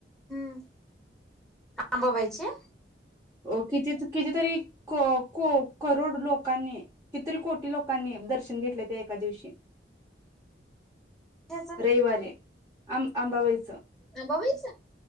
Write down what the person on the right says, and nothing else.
अ किती कितीतरी को को करोड लोकांनी कितीतरी कोटी लोकांनी दर्शन घेतले ते एका दिवशी
रविवारी अं अंबाबाईच